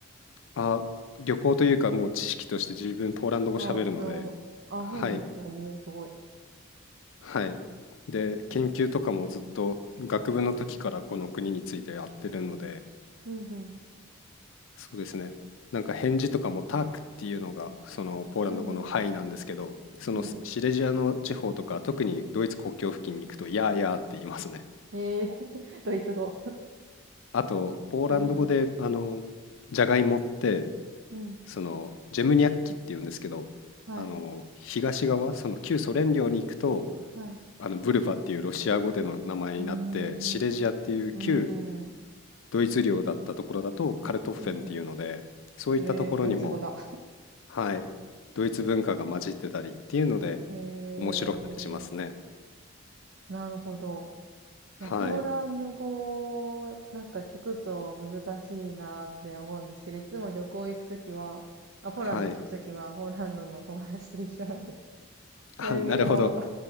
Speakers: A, on the left; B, on the right.
A: あ、旅行というか、もう知識として自分ポーランド語喋るので、
B: ああ、なるほど。ああ、
A: はい、
B: そうなんですね。おお、すごい。
A: はい。で、研究とかもずっと学部の時からこの国についてやってるので、
B: うんうん。
A: そうですね。なんか返事とかもタークっていうのがそのポーランド語の「はい」なんですけど、
B: うんうん。
A: そのスシレジアの地方とか、
B: うんう
A: 特にドイツ国境付近に行くと「やーやーって言いますね。
B: ん。ええ <laughs> ドイツ語。
A: あと、
B: <laughs>
A: ポーランド語であの、
B: なるほど。
A: じゃがいもって
B: うん。
A: そのジェムニャッキっていうんですけどあの東側その旧ソ連領に行くと
B: はい。はい。
A: あのブルバっていうロシア語での名前になってシレジアっていう旧
B: うーん。うーん。
A: ドイツ領だったところだとカルトッフェンっていうのでそういったところにも
B: うんうんえー、ドイツ語だ。
A: はいドイツ文化が混じってたりっていうので
B: へえ、
A: 面白かったりしますね
B: なるほど。いや、
A: はい
B: ポーランド語、なんか聞くと難しいなって思うんですけど、いつも旅行行くときは、あ、ポーランドに行くときは、
A: はい
B: ポーランドの友達と一緒なんで、<laughs>
A: あなるほど
B: 何にも